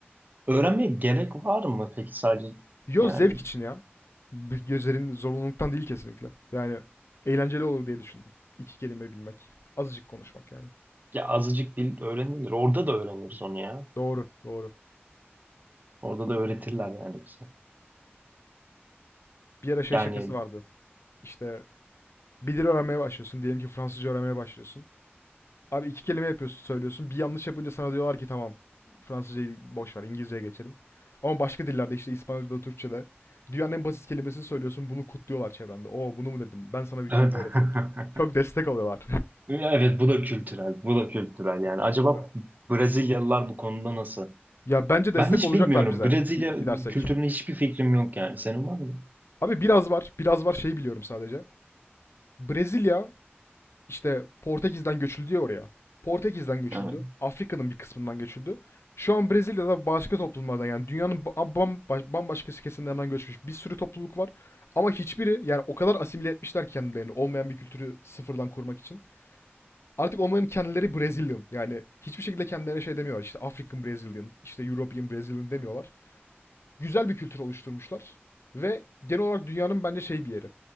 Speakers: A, on the right (about 45°); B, on the left (about 85°).
A: öğrenmeye gerek var mı peki sadece?
B: Yo
A: Yani
B: zevk için ya. Bir Gözlerin zorunluluktan değil kesinlikle. Yani eğlenceli olur diye düşündüm. İki kelime bilmek. Azıcık konuşmak yani.
A: ya azıcık bil öğrenilir. Orada da öğreniriz onu ya.
B: Doğru, doğru.
A: Orada da öğretirler yani bize.
B: Bir ara şey
A: Yani
B: şakası vardı. işte bir dil öğrenmeye başlıyorsun. Diyelim ki Fransızca öğrenmeye başlıyorsun. Abi iki kelime yapıyorsun, söylüyorsun. Bir yanlış yapınca sana diyorlar ki tamam Fransızcayı boş ver İngilizceye geçelim. Ama başka dillerde işte İspanyolca'da, Türkçe'de dünyanın en basit kelimesini söylüyorsun. Bunu kutluyorlar çevrende. Oo bunu mu dedin? Ben sana bir kelime
A: Evet. <laughs>
B: öğreteyim. Çok destek oluyorlar.
A: Ya Evet bu da kültürel. Bu da kültürel yani. Acaba
B: <laughs> Değil mi?
A: Brezilyalılar bu konuda nasıl?
B: Ya bence destek
A: Ben hiç
B: olacaklar
A: bilmiyorum.
B: bize
A: Brezilya
B: gi- gidersek.
A: kültürüne hiçbir fikrim yok yani. Senin var mı?
B: Abi biraz var, biraz var şeyi biliyorum sadece. Brezilya İşte Portekiz'den göçüldü ya oraya. Portekiz'den göçüldü.
A: Evet.
B: Afrika'nın bir kısmından göçüldü. Şu an Brezilya'da başka toplumlardan yani dünyanın ba- bamba- bambaşka kesimlerinden göçmüş bir sürü topluluk var. Ama hiçbiri yani o kadar asimile etmişler kendilerini olmayan bir kültürü sıfırdan kurmak için. Artık onların kendileri Brazilian. Yani hiçbir şekilde kendilerine şey demiyorlar. İşte African Brazilian, işte European Brazilian demiyorlar. Güzel bir kültür oluşturmuşlar. Ve genel olarak dünyanın bence şey bir yeri.